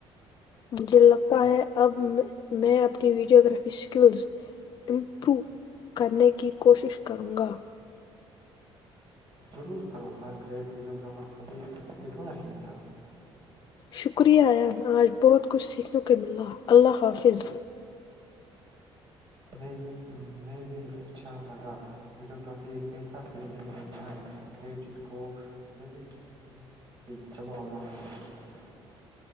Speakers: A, on the left (about 45°); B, on the right (about 50°).
A: م جے لگتا ہے اب میں اپنی ویڈیو گرافی اسکلز امپروو کرنے کی کوشش کروں گا
B: ضرور کرو ہر گریٹ ویڈیوگرافر کبھی بگار ہی تھا
A: شکریہ اان آج بہت کچھ سیکھنے کو ملالا اللہ حافظ
B: میں میں بھی اچھا لگا ویڈیوگررافی ایک ایسا فیلڈ ہے جہاں کریٹیو کو لمٹ نہیں ہوتی چلو اللہ حافظ